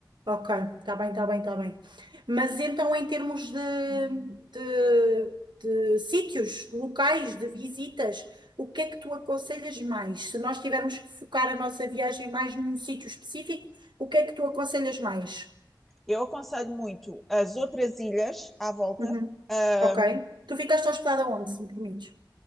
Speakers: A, on the right; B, in the centre.
A: Ok, está bem, está bem, está bem. Mas então, em termos de, de, de sítios, de locais, de visitas, o que é que tu aconselhas mais? Se nós tivermos que focar a nossa viagem mais num sítio específico, o que é que tu aconselhas mais?
B: Eu aconselho muito as outras ilhas à volta.
A: Uhum.
B: Ahm,
A: Ok. Tu ficaste hospedada onde, se me permites?